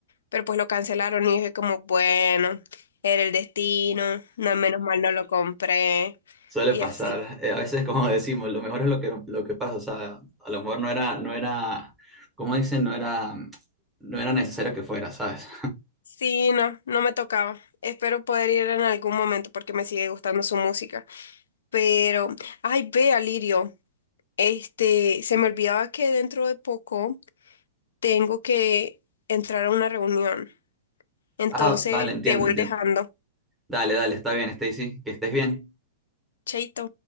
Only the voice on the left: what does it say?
pero pues lo cancelaron y dije como, bueno, era el destino, no, menos mal no lo compré
y
así.
Sí, no, no me tocaba. Espero poder ir en algún momento porque me sigue gustando su música. Pero, ay, ve, Alirio, este, se me olvidaba que dentro de poco tengo que entrar a una reunión. Entonces,
te voy
dejando.
Chaito.